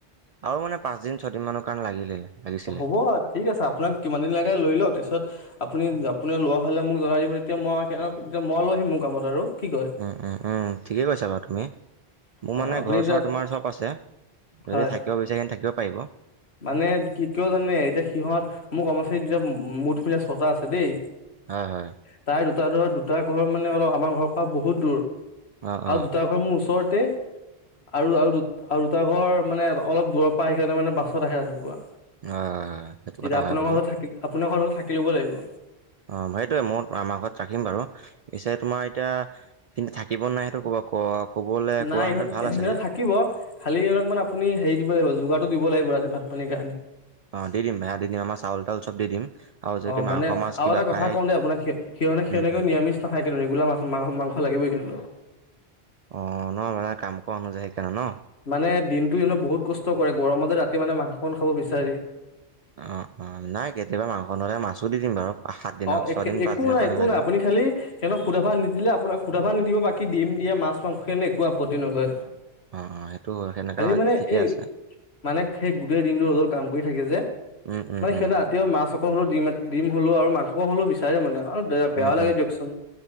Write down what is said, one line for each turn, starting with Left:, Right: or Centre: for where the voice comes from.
Right: আৰু মানে পাঁচদিন ছয়দিন মানৰ কাৰণে লাগিলে, লাগিছিলে
Left: হ'ব ঠিক আছে আপোনাক কিমান দিন লাগে লৈ লও তাৰপিছত, আপুনি আপুনি লোৱা হলে মোক জনাই দিব তেতিয়া মই সিহঁতকতিয়া মই লৈ আহিম মোৰ কামত আৰু কি কয়
Right: অ অ ঠিকেই কৈছা বাৰু তুমি, মোৰ
Left: অ
Right: মানে
Left: আপুনি
Right: ঘৰ
Left: এতিয়া
Right: চৰ তোমাৰ চব আছে
Left: হয়
Right: যদি থাকিব বিচাৰে সন্ত থাকিব পাৰিব।
Left: মানে কি কিয় জানে এতিয়া সিহঁত মোৰ কৰ্মচাৰীত এতিয়া মুঠ মিলা ছটা আছে দেই
Right: হয় হয়
Left: তাই দুটা ধৰ দুটা ঘৰ মানে অলপ আমাৰ ঘৰৰ পৰা বহুত দূৰ।
Right: অঁ অঁ হয়
Left: আৰু দুটা ঘৰ মোৰ ওচৰতে আৰু আৰু দুটা আৰু দুটা ঘৰ মানে অলপ দূৰ পৰা আহে মানে বাছত আহে ৰাতিপুৱা।
Right: হয় হয় সেইটো
Left: এতিয়া
Right: কথা
Left: আপোনাৰ
Right: হয় বাৰু
Left: ঘৰ থাকি আপোনাৰ ঘৰত থাকি ল'ব লাগিব।
Right: অঁ, সেইটোয়ে মই আমাৰ ঘৰত ৰাখিম বাৰু। পিছে তোমাৰ এতিয়া কিন্তু থাকিব নাই সেইটো কব ক কবলৈ
Left: নাই
Right: কোৱাহেতেন
Left: ইহঁত
Right: ভাল আছিলে।
Left: সিহঁত থাকিব খালি অলকমান আপুনি হেৰি দিব লাগিব যোগাৰটো দিব লাগিব ৰাতি ভাত পানীৰ কাৰণে।
Right: অ দি দিম ভাইয়া দি দিম আমাৰ চাউল তাউল চব দি দিম আৰু যদি
Left: অ
Right: মাংস
Left: মানে
Right: মাছ কিবা
Left: আৰু এটা
Right: খায়
Left: কথা কওঁ দ আপোনাক স সিহত সহনেও
Right: উম উম
Left: নিৰামিষ না খাইো ৰেগুলা মাছ মা মাংস লাগিবই। হ
Right: অ ন মা কাম কৰানোযায় সেইকাৰণে ন।
Left: মানে দিনটো ইহঁতে বহুত কষ্ট কৰে গৰমতে ৰাতি মানে মাংস খ খাব বিচাৰি।
Right: অ অ নাই কেতিয়াবা মাংস নহলে মাছো দি দিম বাৰু। সাত দিনৰ
Left: অঁ,
Right: ছয়দিন
Left: এক একো
Right: পাঁচদিনৰ
Left: নাই
Right: কাৰণে
Left: একো
Right: লাগে।
Left: নাই আপুনি খালি সিহঁতক খুন্দা ভাত নিদিলে আপোনাক ভাত নিদিব বাকী দিম দিয়ে মাছ মাংস কাৰণে একো আপত্তি নলয়।
Right: অ অ সেইটো সেনেকা
Left: হৰি
Right: হয়
Left: মানে
Right: ঠিকে
Left: এই
Right: আছে
Left: মানে সেই গোটেই দিনটো ৰদত কাম কৰি থাকে যে
Right: উম উম
Left: মানে
Right: উম
Left: সিহঁত ৰাতিও মাছ অকল হ'লেও দিম দিম হলেও আৰু মাংস হ'লেও বিচাৰে মানে। আৰু বেয়া
Right: উম
Left: লাগে
Right: উম
Left: দিয়কচোন।